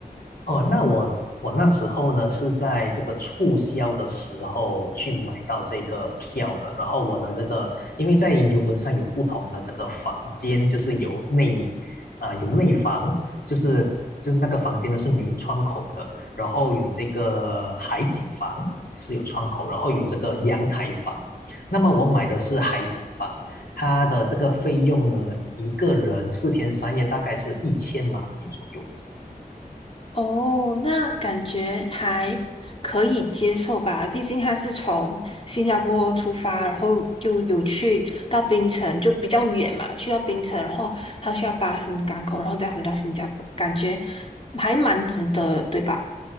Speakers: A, on the left (about 85°); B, on the left (about 40°).
A: 哦，那我我那时候呢是在这个促销的时候去买到这个票的，然后我的这个因为在游轮上有不同的这个房间，就是有内啊、有内房，就是就是那个房间呢是没有窗口的，然后有这个海景房是有窗口，然后有这个阳台房。那么我买的是海景房，它的这个费用呢，一个人四天三夜大概是一千马币左右。
B: 哦，那感觉还可以接受吧，毕竟他是从新加坡出发，然后又有去到槟城，就比较远嘛，去到槟城，然后他需要巴士港口，然后再回到新加坡，感觉还蛮值得，对吧？